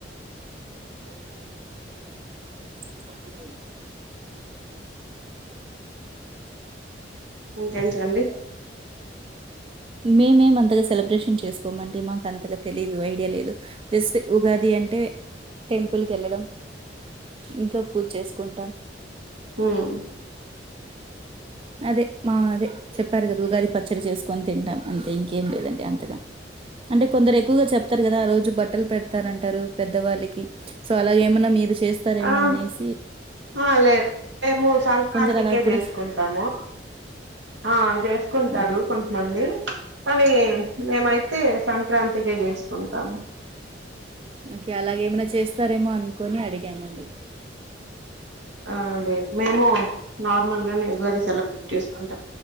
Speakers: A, on the right; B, on the right.
A: అఓ
B: ఇంకేంటియండి
A: మేమేం అంతగా సెలబ్రేషన్ చేసుకోమండి మాకు అంతగా తెలిదు ఐడియా లేదు జస్ట్ ఉగాది అంటే టెంపుల్ కళ్ళడం ఇంట్లో పూజ చేసుకుంటాం
B: ఉమ్
A: అదే మా అదే చెప్పారు కదా ఉగాది పచ్చడి చేసుకొని తింటాం అంతే ఇంకేం లేదండి అంతగా అంటే కొందరు ఎక్కువగా చెప్తారు కదా ఆ రోజు బట్టలు పెడతారంటారు పెద్దవాళ్ళకి సో అలా ఎమన్నా మీరు చేస్తారేమో
B: ఆ
A: అనేసి
B: ఆ లేదు మేము సంక్రాంతికే
A: కొందరు అలా కూడా
B: చేసుకుంటాము
A: స్
B: ఆ చేసుకుంటారు
A: ఓకే.
B: కొంతమంది కానీ మేమైతే సంక్రాంతికే చేసుకుంటాం
A: నాకి అలాగేమైనా చేస్తారేమో అనుకోని అడిగామండి
B: ఆ లేదు మేము నార్మల్ గానే ఉగాది సెలబ్ర్రిటీ చేసుకుంటాం